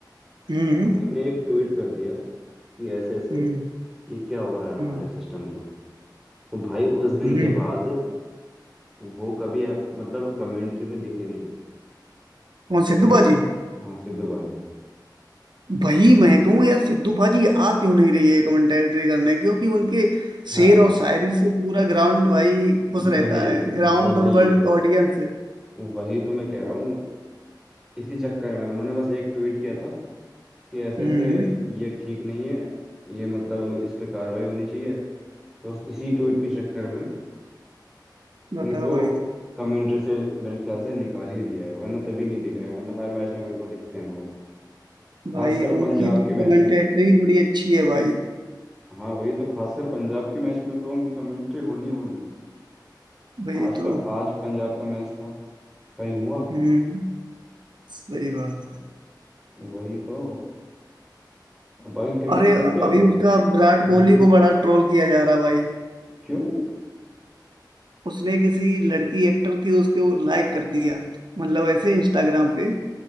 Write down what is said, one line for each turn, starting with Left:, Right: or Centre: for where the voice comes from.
Right: हम्म
Centre: उन्होंने एक ट्वीट कर दिया कि ऐसे ऐसे
Right: हम्म
Centre: ये क्या हो रहा है हमारे
Right: हम्म
Centre: सिस्टम को तो भाई उस दिन
Right: हम्म।
Centre: के बाद वो कभी अ, मतलब कमेंट्री में दिखे नहीं
Right: कौन सिद्धू
Centre: समझ
Right: बाजी
Centre: रहे हो हाँ सिद्धू पाजी
Right: वही मैं कहूँ यार सिद्धू पाजी आ क्यों नहीं रही है कमेंटेटरी करने क्योंकि उनके
Centre: हाँ
Right: शेर और शायरी से पूरा ग्राउंड भाई खुश रहता
Centre: वही
Right: है ग्राउंड
Centre: वही
Right: और वर्ल्ड ऑडियंस
Centre: वही तो मैं कह रहा हूँ इसी चक्कर में उन्होंने बस एक ट्वीट किया था कि ऐसे
Right: हम्म
Centre: ऐसे ये ठीक नहीं है ये मतलब इस पे कार्रवाई होनी चाहिए तो बस इसी ट्वीट के चक्कर में
Right: बताओ
Centre: उनको
Right: भाई
Centre: कमेंट्री से मेरे ख्याल से निकाल ही दिया है वरना तभी नहीं दिख रहे हैं वरना हर मैच में मेरे को दिखते हैं वो
Right: भाई
Centre: खासकर
Right: उनकी
Centre: पंजाब
Right: तो
Centre: के मैच
Right: कमेंटेटरी
Centre: में
Right: बड़ी अच्छी है भाई
Centre: हाँ वही तो खासकर पंजाब के मैच में तो उनकी कमेंट्री होनी होनी है
Right: भाई
Centre: आज
Right: तो
Centre: का आज पंजाब का मैच था कहीं हुआ
Right: हम्म सही बात
Centre: वही तो बाकी क्रिकेट
Right: अरे
Centre: खेलते हो
Right: अभी
Centre: तुम
Right: उसका विराट
Centre: हम्म
Right: कोहली को बड़ा ट्रोल किया जा रहा भाई
Centre: क्यों
Right: उसने किसी लड़की एक्टर थी उसके वो लाइक कर दिया मतलब ऐसे इंस्टाग्राम पे